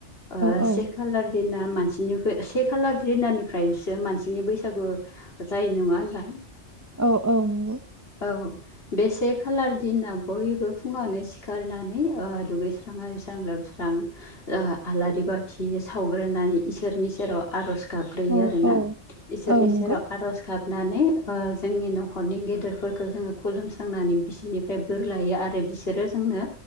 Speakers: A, on the left; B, on the right.
A: ओ
B: औ
A: से खालार दिना मानसिनिआओबो से खालार दिनानिफ्रायसो मानसिनि बैसागु जायो नङा होनबा?
B: औ औ नंगौ
A: औ बे से खालार दिना बयबो फुङावनो सिखारनानै ओ दुगैस्रां आरिस्रां लोबस्रां ओ आलारि बाथि सावग्रोनानै इसोरनि सेराव आर'ज गाबग्रोयो
B: औ
A: आरोना
B: औ
A: इसोरनि
B: औ नंगौ
A: सेराव आर'ज गाब नानै ओ जोंनि न'खरनि गेदेरफोरखौ जोङो खुलुमस्रांनानै बिसिनिफ्राय बोर लायो आरो बिसोरो जोंनो